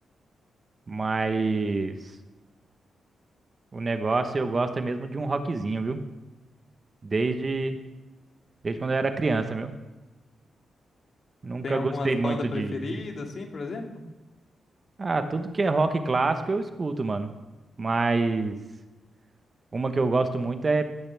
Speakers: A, on the right; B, on the left.
A: Mas o negócio eu gosto é mesmo de um rockzinho, viu? Desde, desde quando eu era criança, meu. Nunca
B: Tem algumas
A: gostei muito
B: bandas preferidas
A: de
B: assim, por exemplo?
A: Ah, tudo que é rock clássico eu escuto, mano. Mas uma que eu gosto muito é